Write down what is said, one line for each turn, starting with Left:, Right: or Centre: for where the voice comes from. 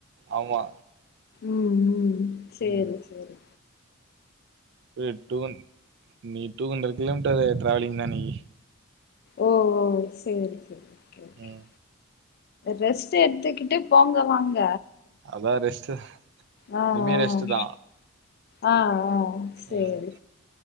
Right: ஆமா
Left: உம் உம் செரி
Right: ம்
Left: செரி
Right: ஃபோர் எய்ட் டூ ஒன் இன்னக்கி டூ ஹண்டரட் கிலோமீட்டர் டிராவலிங்டா நீயி
Left: ஓ ஓ செரி செரி ஓகே ஓகே
Right: ம்
Left: ரெஸ்ட் எடுத்துக்குட்டு போங்க வாங்க
Right: அதா ரெஸ்ட்டு
Left: ஆ ஆ
Right: இனிமே ரெஸ்ட்டு தா
Left: ஆ ஆ செரி
Right: ம்